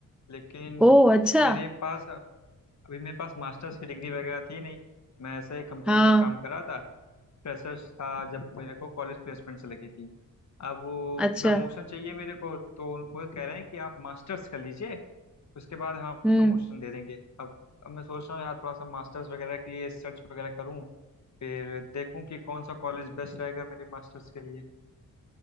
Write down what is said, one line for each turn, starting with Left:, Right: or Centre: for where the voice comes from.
Left: लेकिन
Centre: ओ अच्छा
Left: मेरे पास अभी मेरे पास मास्टर्स की डिग्री वगैरह थी नहीं मैं ऐसे कंपनी
Centre: हाँ
Left: में काम कर रहा था फ्रेशर्स था जब मेरे को कॉलेज प्लेसमेंट से लगी थी अब वो
Centre: अच्छा
Left: प्रमोशन चाहिए मेरे को तो वो कह रहे हैं कि आप मास्टर्स कर लीजिए उसके बाद हम आपको
Centre: हम्म
Left: प्रमोशन दे देंगे अब अब मैं सोच रहा हूँ यार थोड़ा सा मास्टर्स वगैरह के लिए सर्च वगैरह करूँ फिर देखूँ कि कौन सा कॉलेज बेस्ट रहेगा मेरे मास्टर्स के लिए